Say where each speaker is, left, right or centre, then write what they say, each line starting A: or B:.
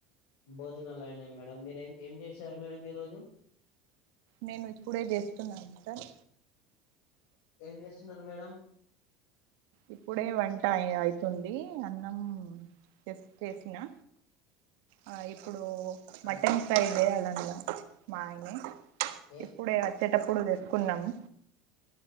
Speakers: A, on the left; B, on the right.
A: భోజనాలు అయినాయ మేడం మీరు ఏం ఏం చేశారు మేడం ఈరోజు
B: నేను ఇప్పుడే జేస్తున్నాను సార్
A: ఏం చేస్తున్నారు మేడం
B: ఇప్పుడే వంట అయి అయితుంది అన్నం చేస్ చేసినా ఆ ఇప్పు డు మటన్
A: ఆ
B: ఫ్రై చేయాలన్న మాఅయనే
A: ఏ
B: ఇప్పుడే వచ్చేటప్పుడు తెసుకున్నాము